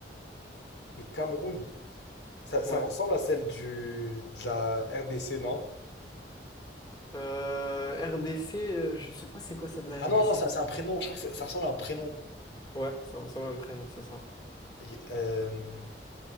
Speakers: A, on the left (about 80°); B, on the left (about 25°).
A: Le Cameroun. Ça, ça
B: Ouais.
A: ressemble à celle du, de la RDC, non?
B: Euh, RDC, euh, je sais pas c'est quoi c'est de la
A: Ah non,
B: RDC.
A: non, ça, c'est un prénom. Je crois que c'est- ça ressemble à un prénom.
B: Ouais, ça ressemble à un prénom, c'est ça.
A: Y- Euh,